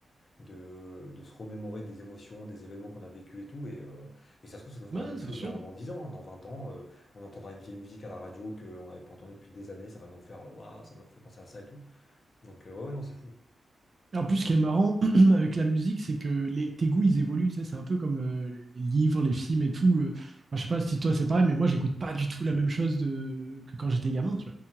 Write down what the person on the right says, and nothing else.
Ouais,
c'est
sûr.
Et En plus, ce qui est marrant <clears throat> avec la musique, c'est que les, tes goûts, ils évoluent. Tu sais, c'est un peu comme euh, les livres, les films et tout. euh. Enfin, je sais pas si toi c'est pareil, mais moi, j'écoute pas du tout la même chose de- que quand j'étais gamin. Tu